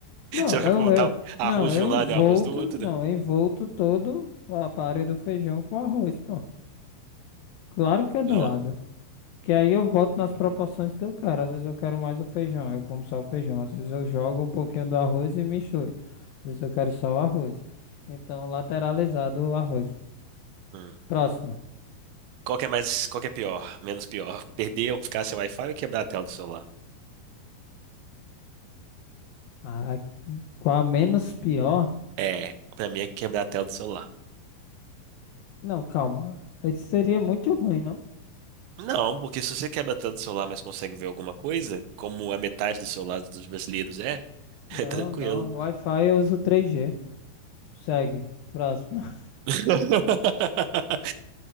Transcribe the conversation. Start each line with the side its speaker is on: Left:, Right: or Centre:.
Left: Não,
Right: Você vai
Left: eu,
Right: botar
Left: eu,
Right: arroz
Left: não, eu
Right: de um lado
Left: envolto,
Right: e arroz do outro?
Left: não, eu envolto todo a área do feijão com arroz, pô. Claro que é do
Right: Ah,
Left: lado. Que aí eu boto nas proporções que eu quero. Às vezes eu quero mais o feijão, eu como só o feijão. Às vezes eu jogo um pouquinho do arroz e misturo. Às vezes eu quero só o arroz. Então, lateralizado o arroz.
Right: hum.
Left: Próxima.
Right: Qual que é mais, qual que é pior? Menos pior? Perder ou ficar sem Wi-Fi ou quebrar a tela do celular?
Left: Ah, qual a menos pior?
Right: É, pra mim é quebrar a tela do celular.
Left: Não, calma. Isso seria muito ruim, não?
Right: Não, porque se você quebra a tela do celular, mas consegue ver alguma coisa, como a metade do celular dos brasileiros é, <laughs>
Left: Não,
Right: é tranquilo.
Left: não. Wi-Fi eu uso 3G. Segue. Próximo. <laughs>
Right: <laughs>